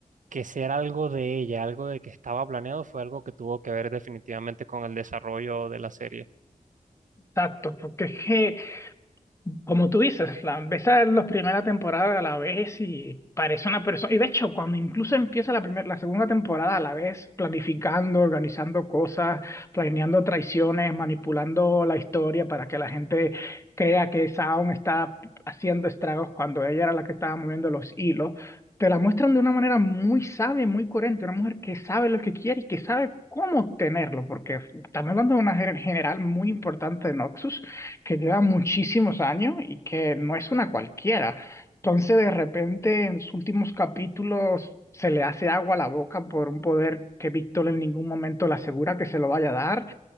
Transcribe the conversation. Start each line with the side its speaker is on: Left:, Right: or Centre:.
Right: que ser algo de ella, algo de que estaba planeado, fue algo que tuvo que ver definitivamente con el desarrollo de la serie.
Left: Exacto, porque es que Como tú dices, Flan, ves a la primera temporada a la vez y parece una persona. Y de hecho, cuando incluso empieza la primera, la segunda temporada a la vez, planificando, organizando cosas, planeando traiciones, manipulando la historia para que la gente crea que Saon está haciendo estragos cuando ella era la que estaba moviendo los hilos, te la muestran de una manera muy sabia, y muy coherente, una mujer que sabe lo que quiere y que sabe cómo tenerlo, porque estamos hablando de una general muy importante de Noxus que lleva muchísimos años y que no es una cualquiera. Entonces, de repente, en los últimos capítulos se le hace agua a la boca por un poder que Víctor en ningún momento le asegura que se lo vaya a dar.